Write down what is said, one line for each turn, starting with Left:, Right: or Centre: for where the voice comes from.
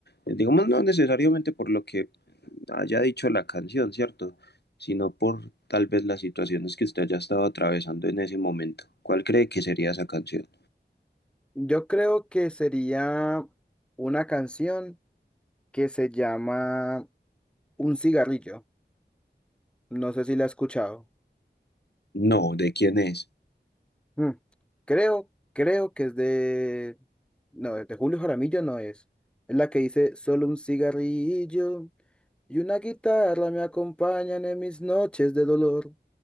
Left: Eh, Digamos, no necesariamente por lo que haya dicho la canción, ¿cierto? Sino por tal vez las situaciones que usted haya estado atravesando en ese momento. ¿Cuál cree que sería esa canción?
Centre: Yo creo que sería una canción. que se llama Un cigarrillo. No sé si la has escuchado.
Left: No, ¿de quién es?
Centre: Mm, Creo, creo que es de... No, de Julio Jaramillo no es. Es la que dice solo un cigarrillo y una guitarra me acompañan en mis noches de dolor.